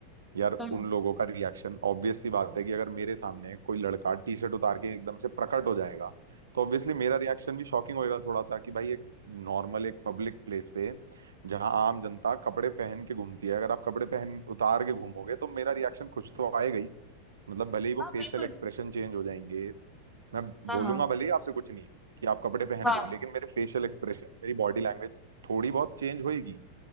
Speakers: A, on the right; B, in the centre.
A: यार
B: हाँ
A: उन लोगों का रिएक्शन ऑब्वियस सी बात है कि अगर मेरे सामने कोई लड़का टी शर्ट उतार के एकदम से प्रकट हो जाएगा तो ऑब्वियसली मेरा रिएक्शन भी शॉकिंग होएगा थोड़ा सा कि भाई एक नॉर्मल एक पब्लिक प्लेस पे जहां आम जनता कपड़े पहन के घूमती है अगर आप कपड़े पहन उतार के घूमोगे तो मेरा रिएक्शन कुछ तो आएगा ही मतलब भले ही वो
B: हाँ
A: फेशियल
B: बिल्कुल
A: एक्सप्रेशन चेंज हो जाएंगे मैं
B: हाँ
A: बोलूंगा
B: हाँ
A: भले ही आपसे कुछ नहीं कि आप कपड़े पहन
B: हाँ
A: लो लेकिन मेरे फेशियल एक्सप्रेशन मेरी बॉडी लैंग्वेज थोड़ी बहुत चेंज होएगी